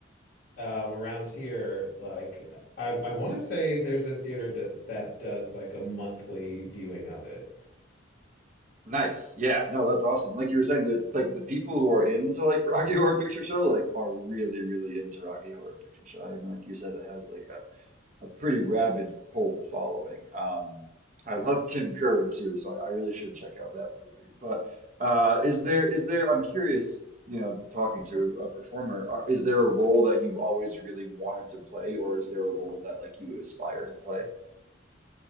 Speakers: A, on the left; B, on the right.
A: um around here like I I want to say there's a theater that that does like a monthly viewing of it.
B: Nice. Yeah, no, that's awesome. Like you were saying, the like the people who are into like Rocky Horror Picture Show like are really, really into Rocky Horror Picture Show. I mean, like you said, it has like a, a pretty rabid cult following. Um, I
A: Yeah.
B: love Tim Curry too, so I, I really should check out that movie. But uh, is there is there? I'm curious. You know, talking to a performer, are, is there a role that you've always really wanted to play, or is there a role that like you would aspire to play?